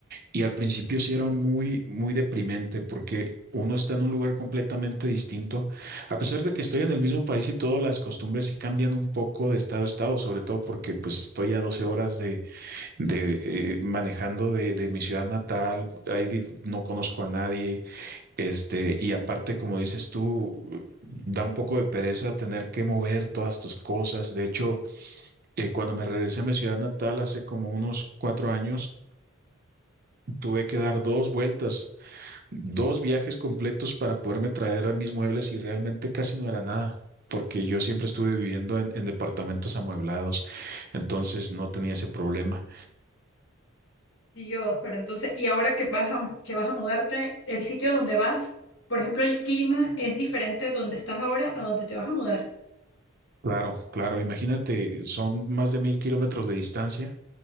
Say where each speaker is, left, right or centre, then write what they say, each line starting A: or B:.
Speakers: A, on the right; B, on the left.
A: Y al principio sí era muy, muy deprimente porque uno está en un lugar completamente distinto. A pesar de que estoy en el mismo país y todas las costumbres sí cambian un poco de estado a estado, sobre todo porque pues estoy a 12 horas de, de eh, manejando de, de mi ciudad natal, ahí di- no conozco a nadie, este, y aparte, como dices tú, da un poco de pereza tener que mover todas tus cosas. De hecho, eh, cuando me regresé a mi ciudad natal hace como unos cuatro años, tuve que dar dos vueltas dos viajes completos para poderme traer a mis muebles y realmente casi no era nada, porque yo siempre estuve viviendo en, en departamentos amueblados, entonces no tenía ese problema.
B: Dios, pero entonces, y ahora que vas a, que vas a mudarte, el sitio donde vas, por ejemplo, el clima es diferente donde estás ahora a donde te vas a mudar.
A: Claro, claro, imagínate, son más de mil kilómetros de distancia,